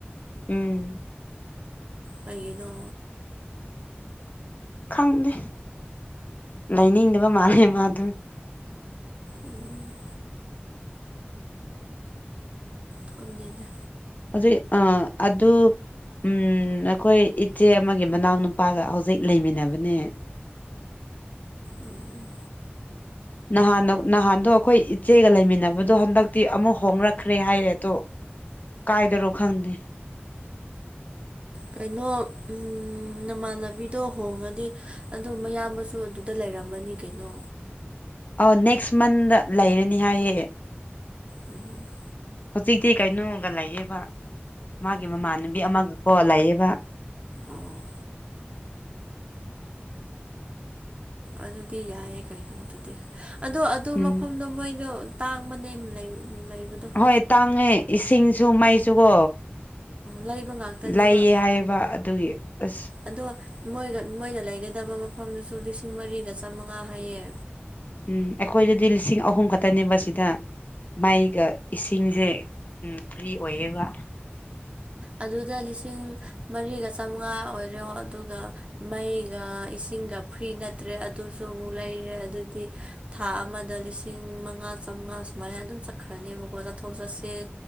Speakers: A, on the left; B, on the right.
A: ꯎꯝ
B: ꯀꯩꯒꯤꯅꯣ
A: ꯈꯪꯗꯦ ꯂꯩꯅꯤꯡꯗꯕ ꯃꯥꯜꯂꯦ ꯃꯥ ꯗꯨ
B: ꯎꯝ ꯈꯪꯗꯦꯗ
A: ꯑꯥꯗꯨꯏ ꯑ ꯑꯗꯨ ꯎꯝ ꯑꯩꯈꯣꯏ ꯏꯆꯦ ꯑꯃꯒꯤ ꯃꯅꯥꯎ ꯅꯨꯄꯥꯒ ꯍꯧꯖꯤꯛ ꯂꯩꯃꯤꯟꯅꯕꯅꯦ
B: ꯎꯝ
A: ꯅꯍꯥꯟ ꯅꯍꯥꯟꯗꯣ ꯑꯩꯈꯣꯏ ꯏꯆꯦꯒ ꯂꯩꯃꯤꯟꯅꯕꯗꯣ ꯍꯟꯗꯛꯇꯤ ꯑꯃꯨꯛ ꯍꯣꯡꯅꯛꯈ꯭ꯔꯦ ꯍꯥꯏꯌꯦ ꯑꯗꯣ ꯀꯥꯏꯗꯔꯣ ꯈꯪꯗꯦ
B: ꯀꯩꯅꯣ ꯎꯝ ꯅꯃꯥꯟꯅꯕꯤꯗꯣ ꯍꯣꯡꯉꯗꯤ ꯑꯗꯣ ꯃꯌꯥꯝꯕꯁꯨ ꯑꯗꯨꯗ ꯂꯩꯔꯝꯃꯅꯤ ꯀꯩꯅꯣ
A: ꯑꯧ ꯅꯦꯛꯁ ꯃꯟꯗ ꯂꯩꯔꯅꯤ ꯍꯥꯏꯌꯦ
B: ꯎꯝ
A: ꯍꯧꯖꯤꯛꯇꯤ ꯀꯩꯅꯣꯒ ꯂꯩꯌꯦꯕ ꯃꯥꯒꯤ ꯃꯃꯥꯟꯅꯕꯤ ꯑꯃꯒꯀꯣ ꯂꯩꯌꯦꯕ
B: ꯑꯣ ꯑꯗꯨꯗꯤ ꯌꯥꯏꯌꯦꯦ ꯀꯩꯅꯣ ꯑꯗꯨꯗꯤ ꯑꯗꯣ ꯑꯗꯨ
A: ꯎꯝ
B: ꯃꯐꯝꯗꯣ ꯃꯣꯏꯗꯣ ꯇꯥꯡꯕꯅꯦꯝ ꯂꯩ ꯂꯩꯕꯗꯣ
A: ꯍꯣꯏ ꯇꯥꯡꯉꯦ ꯏꯁꯤꯡꯁꯨ ꯃꯩꯁꯨꯀꯣ
B: ꯂꯩꯕ ꯉꯥꯛꯇꯅꯦꯕ
A: ꯂꯩꯌꯦ ꯍꯥꯏꯌꯦꯕ ꯑꯗꯨꯒꯤ ꯑꯁ
B: ꯑꯗꯣ ꯃꯣꯏꯒ ꯃꯣꯏꯅ ꯂꯩꯒꯗꯕ ꯃꯐꯝꯗꯨꯁꯨ ꯂꯤꯁꯤꯡ ꯃꯔꯤꯒ ꯆꯥꯃꯉꯥ ꯍꯥꯏꯌꯦ
A: ꯎꯝ ꯑꯩꯈꯣꯏꯗꯗꯤ ꯂꯤꯁꯤꯡ ꯑꯍꯨꯝ ꯈꯛꯇꯅꯦꯕ ꯁꯤꯗ ꯃꯥꯏꯒ ꯏꯁꯤꯡꯁꯦ ꯎꯝ ꯐ꯭ꯔꯤ ꯑꯣꯏꯌꯦꯕ
B: ꯑꯗꯨꯗ ꯂꯤꯁꯤꯡ ꯃꯔꯤꯒ ꯆꯥꯝꯉꯥ ꯑꯣꯏꯔꯣ ꯑꯗꯨꯒ ꯃꯩꯒ ꯏꯁꯤꯡꯒ ꯐ꯭ꯔꯤ ꯅꯠꯇ꯭ꯔꯦ ꯑꯗꯨꯁꯨ ꯑꯃꯨꯛ ꯂꯩꯔꯦ ꯑꯗꯨꯗꯤ ꯊꯥ ꯑꯃꯗ ꯂꯤꯁꯤꯡ ꯃꯉꯥ ꯆꯥꯝꯃꯉꯥ ꯁꯨꯃꯥꯏꯅ ꯑꯗꯨꯝ ꯆꯠꯈ꯭ꯔꯅꯦꯕꯀꯣ ꯆꯠꯊꯣꯛ ꯆꯠꯁꯤꯟ